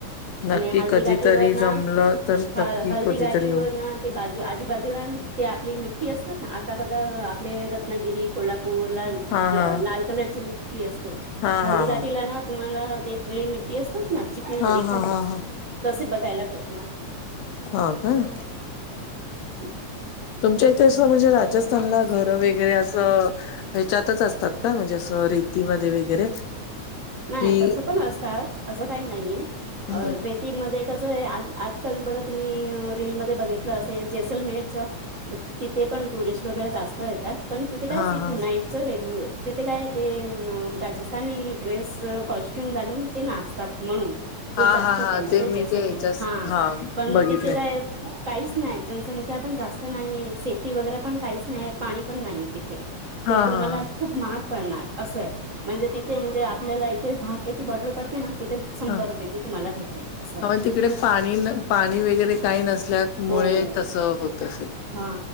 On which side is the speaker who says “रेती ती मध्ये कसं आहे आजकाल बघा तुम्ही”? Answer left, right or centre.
Right